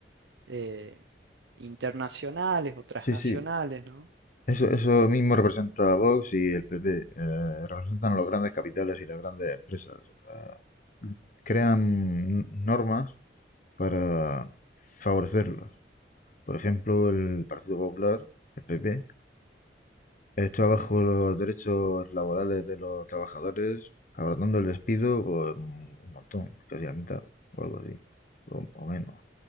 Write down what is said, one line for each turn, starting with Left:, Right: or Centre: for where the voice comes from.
Right: eh, internacionales o transnacionales,
Left: Sí, sí.
Right: ¿no?
Left: Eso, eso mismo representa a Vox y el PP. eh, representan los grandes capitales y las grandes empresas. eh, crean normas para favorecerlos. Por ejemplo, el Partido Popular, el PP, Esto abajo los derechos laborales de los trabajadores, abordando el despido, pues un montón, casi la mitad, o algo así, o, o menos.